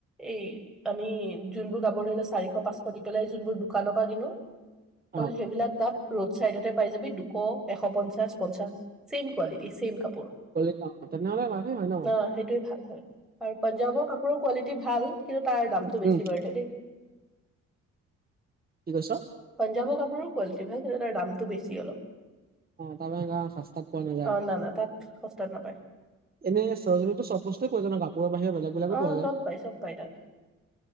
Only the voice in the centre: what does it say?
এই আমি যোনবোৰ কাপোৰ ধৰি লোৱা চাৰিশ, পাঁচশ দি পেলাই যোনবোৰ দোকানৰ পৰা কিনো তই
সেইবিলাক তাত ৰোড চাইডতে পাই যাবি। দুশ, এশ পঞ্চাছ, পঞ্চাছ। ছেম কোৱালিটি, ছেম কাপোৰ।
অ সেইটোৱে ভাল হয়। আৰু পঞ্জাৱৰ কাপোৰৰ কোৱালিটি ভাল, কিন্তু তাৰ দামটো বেছি
বাৰু তা দেই।
পঞ্জাৱৰ কাপোৰো কোৱালিটি ভাল, কিন্তু তাৰ দামটো বেছি অলপ।
অ না, না। তাত সস্তাত নাপায়।
অ
চব পাই চব পাই তাত